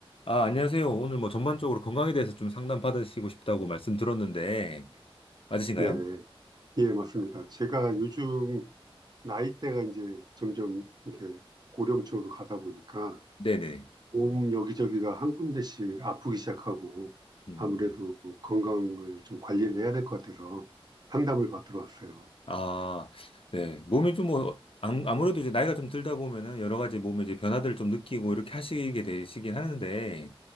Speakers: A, on the left; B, on the right.
A: 아, 안녕하세요. 오늘 뭐 전반적으로 건강에 대해서 좀 상담 받으시고 싶다고 말씀 들었는데, 맞으신가요?
B: 네, 예, 맞습니다. 제가 요즘 나이대가 이제 점점 이렇게 고령층으로 가다 보니까
A: 네네.
B: 몸 여기저기가 한 군데씩 아프기 시작하고
A: 음,
B: 아무래도 건강을 좀 관리를 해야 될 것 같아서 상담을 받으러 왔어요.
A: 아, 네. 몸이 좀 뭐, 암- 아무래도 이제 나이가 좀 들다 보면은 여러 가지 몸의 이제 변화들을 좀 느끼고 이렇게 하시게 되시긴 하는데,